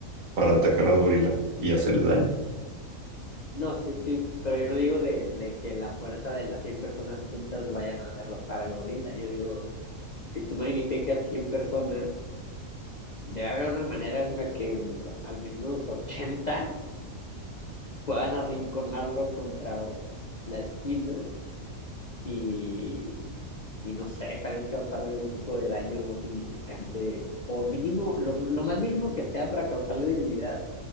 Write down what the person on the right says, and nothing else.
para atacar al gorila y hacerle daño.